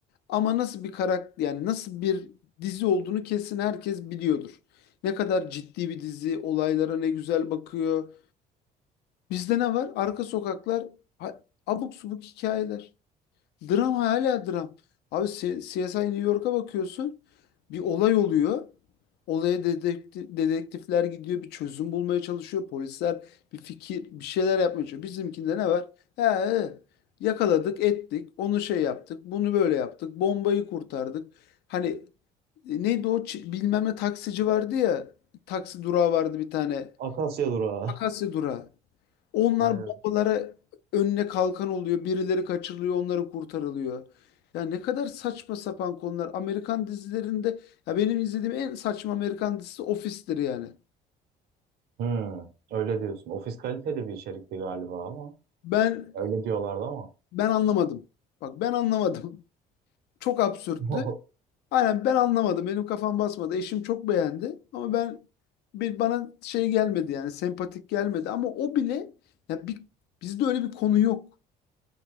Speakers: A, on the left (about 75°); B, on the right (about 70°).
A: Ama nasıl bir karakter yani nasıl bir dizi olduğunu kesin herkes biliyordur. Ne kadar ciddi bir dizi, olaylara ne güzel bakıyor. Bizde ne var? Arka sokaklar, ha- abuk subuk hikayeler. Dram hala dram. Abi C- CSI New York'a bakıyorsun. Bir olay oluyor. Olaya dedekti- dedektifler gidiyor. Bir çözüm bulmaya çalışıyor. Polisler bir fikir, bir şeyler yapmaya çalışıyor. Bizimkinde ne var? He, he. Yakaladık, ettik. Onu şey yaptık. Bunu böyle yaptık. Bombayı kurtardık. Hani e, neydi o çi- bilmem ne taksici vardı ya. Taksi durağı vardı bir tane.
B: Akasya durağı.
A: Akasya durağı. Onlar
B: Aynen.
A: bombalara önüne kalkan oluyor. Birileri kaçırılıyor, onları kurtarılıyor. Ya ne kadar saçma sapan konular. Amerikan dizilerinde ya benim izlediğim en saçma Amerikan dizisi Office'tir yani.
B: Hmm, öyle diyorsun. Ofis kaliteli bir içerikti galiba ama.
A: Ben
B: Öyle diyorlardı ama.
A: ben anlamadım. Bak ben anlamadım. <laughs> Çok absürttü.
B: <laughs>
A: Aynen ben anlamadım. Benim kafam basmadı. Eşim çok beğendi ama ben bir bana şey gelmedi yani sempatik gelmedi ama o bile ya bir, bizde öyle bir konu yok.